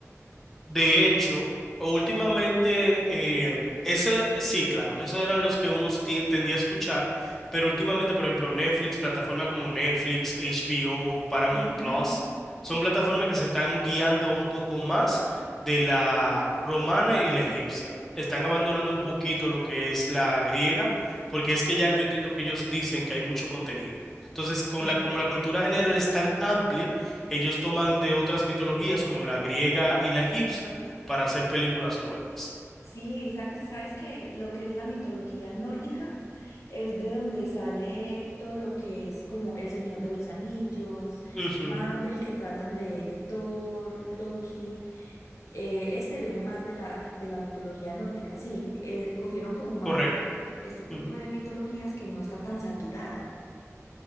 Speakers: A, in the centre; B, on the left (about 70°).
A: De hecho, últimamente, eh, ese, sí, claro, esos eran los que uno tien- tendía a escuchar, pero últimamente, por ejemplo, Netflix, plataformas como Netflix, HBO, Paramount
B: Ujú.
A: Plus, son plataformas que se están guiando un poco más de la romana y la egipcia. Están abandonando un poquito lo que es la griega, porque es que ya yo entiendo que ellos dicen que hay mucho contenido. Entonces, con
B: claro.
A: la, como la cultura general es tan amplia, ellos toman de otras mitologías como la griega y la egipcia para hacer películas nuevas.
B: Sí, sa- sabes que lo que es la mitología nórdica es de donde sale todo lo que es como El Señor de los Anillos,
A: Ujú,
B: Marvel que tratan de, de Thor, Loki. Eh, este viene más de la, de la mitología nórdica, sí. eh, cogieron como más
A: correcto.
B: este tipo
A: ujú,
B: de mitologías que no está tan saturada.